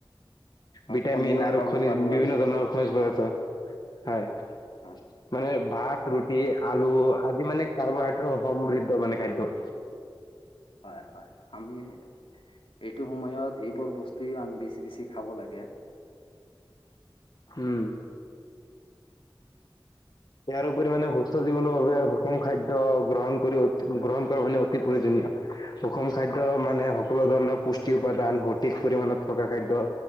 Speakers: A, on the left; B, on the left.
A: ভটামিন
B: কণীও
A: আৰু
B: খাব
A: খনিজ
B: পাৰোঁ
A: বিভিন্ন
B: আমি
A: ধৰণৰ খনিজ পদাৰ্থ হয়
B: হয়
A: মানে। ভাত, ৰুটি, আলু আদি মানে কাৰ্বহাইড্ৰেট সমৃদ্ধ মানে খাদ্য।
B: হয়, হয় আমি এইটো সময়ত এইবোৰ বস্তুৱেও আমি বেছি বেছি খাব লাগে।
A: উম। ইয়াৰোপৰি মানে সুস্থ জীৱনৰ বাবে সুষম খাদ্য গ্ৰহণ কৰি গ্ৰহণ কৰা মানে অতি প্ৰয়োজনীয়। সুষম খাদ্য মানে সকলো ধৰণৰ পুষ্টি উপাদান সঠিক পৰিমমানত থকা খাদ্য।